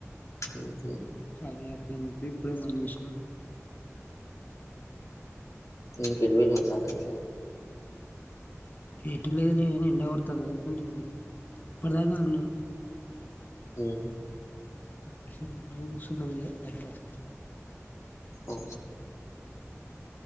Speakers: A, on the left (about 75°); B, on the left (about 35°).
A: ఆహ
B: చాలా ఎత్రన్ ఇప్పుడే ఇప్పుడే మనం చూసిన
A: ఇంకెడు వేలు మ చతలక్ష
B: ఏటి లేదుని ఎండ కొడతాను గద కొంచం ఇప్పుద కారణం
A: ఆహు
B: <unintelligible>
A: ఒ